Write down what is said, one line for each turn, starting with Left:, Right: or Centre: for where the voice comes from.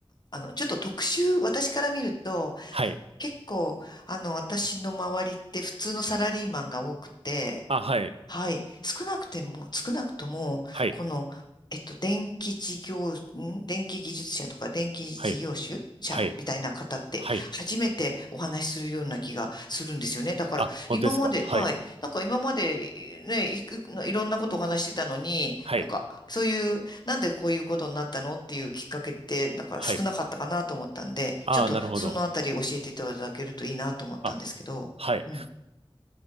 Left: あの、ちょっと特殊、私から見ると、
Right: はい。
Left: 結構、あの、私の周りって普通のサラリーマンが多くて、
Right: あ、はい。
Left: はい。少なくても、少なくとも、
Right: はい。
Left: この、えっと、電気事業、ん電気技術者とか電気事業主者みたいな方って、
Right: はい。はい。はい。
Left: 初めてお話しするような気がするんですよね。だから、
Right: あ、本当ですか。
Left: 今まで、
Right: はい。
Left: はい。なんか今まで、ね、いく、いろんなことをお話ししてたのに、
Right: はい。
Left: なんか、そういう、なんでこういうことになったのっていうきっかけって、なんか少なかったかなと思ったんで、
Right: はい。ああ、
Left: ちょっとそのあたり教えていただけるといいなと思ったんですけど、
Right: なるほど。あ、はい。
Left: うん。